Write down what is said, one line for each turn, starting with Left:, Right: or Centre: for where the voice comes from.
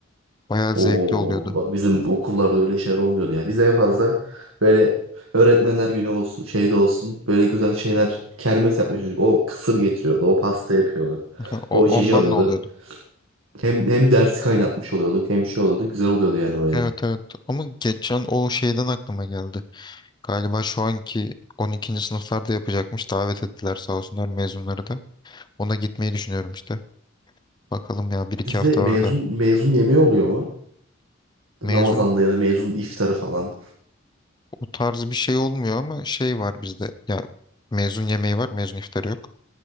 Left: Bayağı
Right: Oo
Left: zevkli oluyordu.
Right: bak bizim okullarda öyle şeyler olmuyordu ya. Biz en fazla böyle öğretmenler günü olsun şeyde olsun böyle güzel şeyler kermes yapmış çocuk. O kısır getiriyordu o pasta yapıyordu.
Left: <laughs> O-
Right: O
Left: Ondan
Right: içeceği alıyordu.
Left: da oluyordu.
Right: Hem hem dersi kaynatmış oluyorduk hem şey oluyordu güzel oluyordu yani o yani.
Left: Evet evet ama geçen o şeyden aklıma geldi. Galiba şu anki 12. sınıflarda yapacakmış. Davet ettiler sağ olsunlar mezunları da. Ona gitmeyi düşünüyorum işte. Bakalım ya bir iki
Right: Sizde
Left: hafta
Right: mezun
Left: var da.
Right: mezun yemeği oluyor mu?
Left: Mezun
Right: Ramazan'da ya da mezun iftarı falan.
Left: o tarz bir şey olmuyor ama şey var bizde. Ya mezun yemeği var mezun iftarı yok.